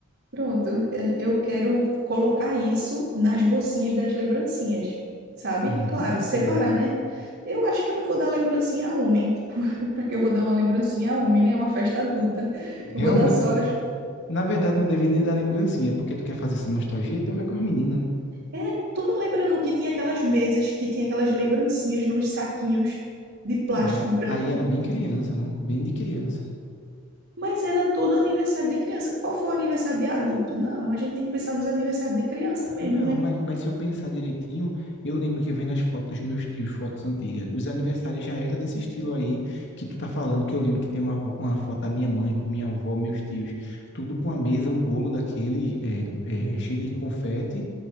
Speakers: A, on the right; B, on the left.
A: Pronto, eh, eu quero colocar isso nas bolsinhas das lembrancinhas, sabe?
B: Uhum,
A: Claro,
B: entendi.
A: separar, né? Eu acho que eu não vou dar lembrancinha a homem, <laughs> tipo para que eu vou dar uma lembrancinha a homem, né? É uma festa adulta.
B: É, Realmente,
A: Eu vou dar só
B: eu não-
A: as...
B: na verdade, não devia nem dar lembrancinha, porque tu quer fazer essa nostalgia, então vai com as meninas, né?
A: É, tu não lembra não que tinha aquelas mesas que tinha aquelas lembrancinhas nos saquinhos de plástico
B: Não, mas
A: branco,
B: aí era bem criança, não? Bem de criança.
A: mas era todo aniversário de criança. Qual foi o aniversário de adulto? Não, a gente tem que pensar nos aniversários de criança mesmo,
B: Não,
A: né?
B: mas, mas se eu pensar direitinho, eu lembro que vem nas fotos dos meus tios, fotos antigas, os aniversários já era desse estilo aí que tu tá falando, que eu lembro que tem uma, vo- uma foto da minha mãe com minha avó, meus tios, tudo com a mesa, um bolo daquele é, é, cheio de confete